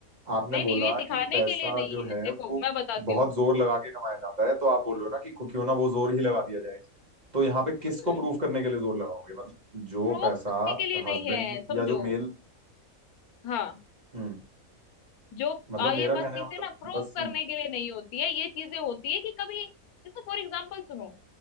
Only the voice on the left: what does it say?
नहीं
नहीं ये दिखाने
के लिए नहीं
है
देखो
मैं बताती
हूँ
प्रूव
करने के लिए
नहीं है समझो
हाँ
जो
आ,
ये बात
चीजें
ना प्रूव
करने के लिए नहीं होती है ये चीजें होती है कि कभी जैसे फॉर एग्जाम्पल सुनो